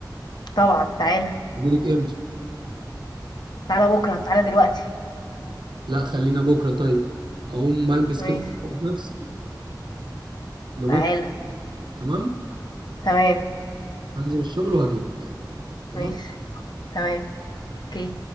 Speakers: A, on the left; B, on the right.
A: طبعا تعالى
B: اجيلك امتى
A: تعالى بكرة تعالى دلوقتي
B: لا خلينا بكره طيب هقوم البس
A: ماشي
B: كده نفسي لبكره
A: تعالى
B: تمام
A: تمام
B: هنزل الشغل وهجيلك تمام
A: ماشي تمام اوكي